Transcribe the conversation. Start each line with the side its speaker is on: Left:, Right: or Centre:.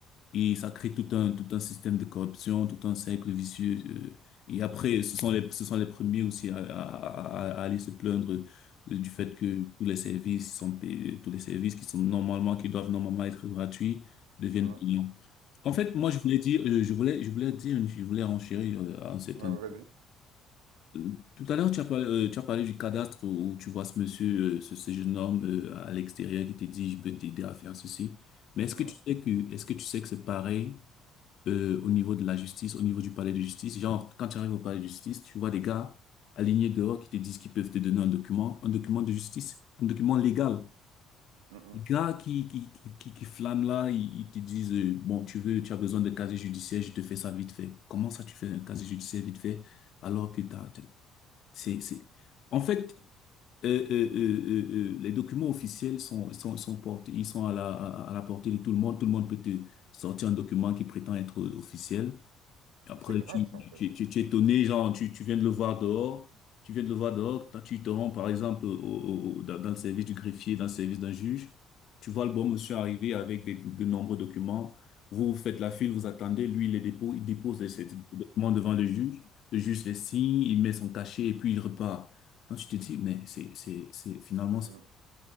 Left: Et ça crée tout un, tout un système de corruption, tout un cercle vicieux. euh. Et après, ce sont les, ce sont les premiers aussi à, à, à à aller se plaindre euh, du fait que tous les services sont payés, tous les services qui sont normalement, qui doivent normalement être gratuits, deviennent
Right: Mhm.
Left: payants. En fait, moi,
Right: Mhm.
Left: je voulais dire, euh, je voulais, je voulais dire, je voulais renchérir euh, à un certain.
Right: Ouais, ouais, vas-y.
Left: Euh, Tout à l'heure, tu as parlé, euh, tu as parlé du cadastre où tu vois ce monsieur, euh, ce, ce jeune homme euh, à l'extérieur qui te dit, je peux t'aider à faire ceci. Mais est-ce
Right: Mhm.
Left: que tu sais que, est-ce que tu sais que c'est pareil? euh, au niveau de la justice, au niveau du palais de justice. Genre, quand tu arrives au palais de justice, tu vois des gars alignés dehors qui te disent qu'ils peuvent te donner un document, un document de justice, un document légal.
Right: Mhm.
Left: Les gars qui, qui, qui, qui, qui flânent là, ils, ils te disent, euh, bon, tu veux, tu as besoin de casier judiciaire, je te fais ça vite fait. Comment ça, tu fais un casier judiciaire vite fait, alors que t'as, t'as- c'est, c'est, en fait, euh, euh, euh, euh, euh, euh, les documents officiels sont, sont, sont portés, ils sont à la, à, à la portée de tout le monde. Tout le monde peut te sortir un document qui prétend être officiel. Après,
Right: Mais C'est grave
Left: tu,
Right: ça en fait.
Left: tu, tu, tu es étonné, genre, tu, tu viens de le voir dehors, tu viens de le voir dehors, t'as- tu te rends, par exemple, au, au- au- dans, dans le service du greffier, dans le service d'un juge, tu vois le bon monsieur arriver avec des, de nombreux documents, vous, vous faites la file, vous attendez, lui, il les dépose, il dépose les, ces documents devant le juge, le juge les signe, il met son cachet et puis il repart. Donc, tu te dis, mais c'est, c'est, c'est, finalement,
Right: Mhm.